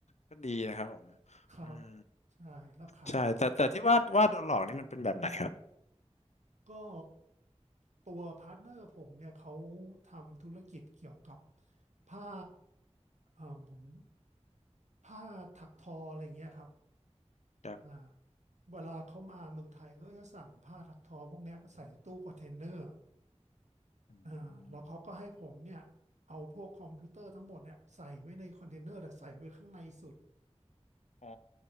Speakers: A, on the left; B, on the right.
A: ก็ดีนะครับผม
B: ครับ
A: อืม
B: ใช่แล้วขาย
A: ใช่แต่แต่ที่ว่าว่าโดนหลอกนี่มันเป็นแบบไหนครับ
B: ก็ตัวพาร์ทเนอร์ผมเนี่ยเขาทำธุรกิจเกี่ยวกับผ้าอ่าผมผ้าถักทออะไรอย่างเงี้ยครับ
A: ครับ
B: อ่าเวลาเขามาเมืองไทยก็จะสั่งผ้าถักทอพวกเนี้ยใส่ตู้คอนเทนเนอร์
A: อื
B: อ่าแล้วเขาก็ให้ผมเนี่ยเอาพวกคอมพิวเตอร์ทั้งหมดเนี่ยใส่ไว้ในคอนเทนเนอร์แต่ใส่ไว้ข้างในสุด
A: มอ๋อ